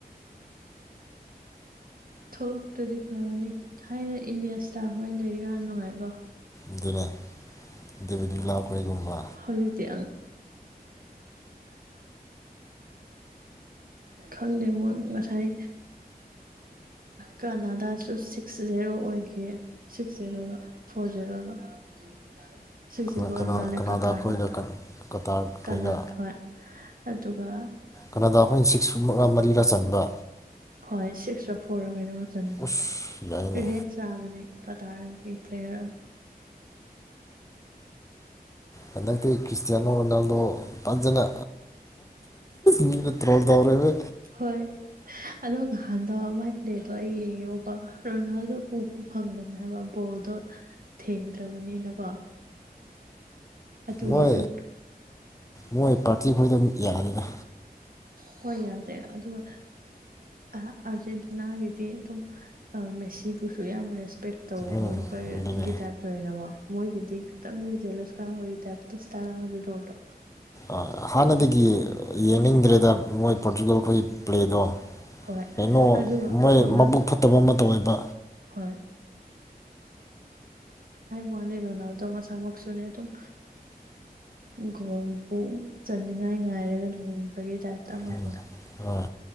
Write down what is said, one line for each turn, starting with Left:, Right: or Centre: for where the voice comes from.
Right: ꯊꯣꯛꯂꯛꯇꯗꯤ ꯐꯔꯅꯤ ꯊꯥꯏꯅ ꯏꯅꯦꯁꯇ ꯍꯣꯏ ꯂꯩꯔꯤꯀꯥꯟ ꯅꯨꯡꯉꯥꯏꯀꯣ
Left: ꯑꯗꯨꯅ ꯗꯦꯕꯤꯠ ꯕꯤꯂꯥ ꯈꯣꯏꯒꯨꯝꯕ
Right: ꯇꯅ ꯍꯗꯤ ꯈꯪꯗꯦ ꯃꯣꯏ ꯉꯁꯥꯏ ꯀꯅꯥꯗꯥꯁꯨ ꯁꯤꯛꯁ ꯖꯦꯔꯣ ꯑꯣꯏꯈꯤ ꯁꯤꯛꯁ ꯖꯦꯔꯣꯗꯣ ꯐꯣꯔ ꯖꯦꯔꯣꯗꯣ ꯒꯤ ꯇꯥꯔ ꯁꯤꯁꯦ
Left: ꯀꯅꯥ
Right: ꯍꯣꯏ ꯃꯥꯜꯂꯦ
Left: ꯀꯅꯥꯗ
Right: ꯀꯇꯥꯔ
Left: ꯑꯩꯈꯣꯏꯒ ꯀꯇꯥꯔ ꯑꯩꯈꯣꯏꯒ
Right: ꯀꯂꯥ ꯍꯣꯏ ꯑꯗꯨꯒ
Left: ꯀꯅꯥꯗ ꯑꯩꯈꯣꯏꯅ ꯁꯤꯛꯁ ꯃꯔꯤꯔꯥ ꯆꯟꯕ
Right: ꯍꯣꯏ ꯁꯤꯛꯁ ꯐꯣꯔ ꯀꯩꯅꯣꯃ ꯆꯟ
Left: ꯎꯁ ꯌꯥꯏꯅꯦ
Right: ꯔꯦꯠ ꯆꯥꯕꯅꯦ ꯇꯥꯔꯒꯤ ꯄ꯭ꯂꯦꯔꯝ ꯍꯇ
Left: ꯍꯟꯗꯛꯇꯤ ꯀ꯭ꯔꯤꯁꯇꯤꯌꯥꯅꯣ ꯔꯣꯅꯥꯜꯗꯣ ꯐꯖꯅ ꯃꯤꯅ ꯇ꯭ꯔꯣꯜ ꯇꯧꯔꯦꯃꯦ
Right: ꯍꯣꯏ ꯑꯗꯣ ꯉꯍꯥꯟꯗ ꯃꯥꯏ ꯂꯩꯗꯣ ꯑꯩ ꯌꯦꯡꯉꯦꯕꯕ ꯔꯣꯅꯥꯜꯗꯣ ꯎꯄ ꯐꯪꯕꯅꯦ ꯍꯥꯏꯕ ꯕꯣꯜꯗꯣ ꯊꯦꯡꯗ꯭ꯔꯕꯅꯤꯅꯀꯣ ꯑꯗꯨꯒꯤꯁꯨ
Left: ꯃꯣꯏ ꯃꯣꯏ ꯄꯥꯔꯇꯤ ꯈꯣꯏꯗ ꯑꯗꯨꯝ ꯌꯦꯜꯂꯅꯤꯒ
Right: ꯍꯣꯏ ꯌꯥꯗꯦ ꯑꯗꯨꯒ ꯑꯥꯔꯖꯦꯟꯇꯤꯅꯥꯒꯤꯗꯤ ꯑꯗꯨꯝ ꯃꯦꯁꯤꯕꯨꯁꯨ ꯌꯥꯝ ꯔꯦꯁꯄꯦꯛ ꯇꯧꯕ
Left: ꯎꯝ ꯑꯗꯨꯅꯦ
Right: ꯒꯤ ꯇꯥꯏꯞꯇ ꯑꯣꯏꯕ ꯃꯣꯏꯒꯤꯗꯤ ꯈꯤꯇꯪꯁꯨ ꯖꯦꯂꯁ ꯀꯥꯕꯒꯤ ꯇꯥꯏꯞꯇ ꯏꯁꯇꯥꯏꯜ ꯑꯃꯁꯨ ꯇꯧꯕꯗꯣ
Left: ꯑ ꯍꯥꯟꯅꯗꯒꯤ ꯌꯦꯡꯅꯤꯡꯕ ꯗ꯭ꯔꯦꯗ ꯃꯣꯏ ꯄꯣꯔꯆꯨꯒꯜ ꯑꯩꯈꯣꯏꯒꯤ ꯄ꯭ꯂꯦꯗꯣ
Right: ꯍꯣꯏ
Left: ꯀꯩꯅꯣ
Right: ꯑꯗꯨꯒ
Left: ꯃꯣꯏ
Right: ꯔꯣꯅꯥ
Left: ꯃꯕꯨꯛ ꯐꯠꯇꯕ ꯑꯃ ꯇꯧꯋꯦꯕ
Right: ꯍꯣꯏ ꯋꯥꯅꯦ ꯔꯣꯅꯥꯜꯗꯣ ꯃꯁꯥꯃꯛꯁꯨꯅꯦ ꯑꯗꯨꯝ ꯒꯣꯜꯕꯨ ꯆꯟꯅꯤꯡꯉꯥꯏ ꯉꯥꯏꯔꯒ ꯂꯩ ꯒꯤ ꯇꯥꯏꯞꯇ ꯑꯃ
Left: ꯎꯝ
Right: ꯊꯣꯛꯑꯦ
Left: ꯍꯣꯏ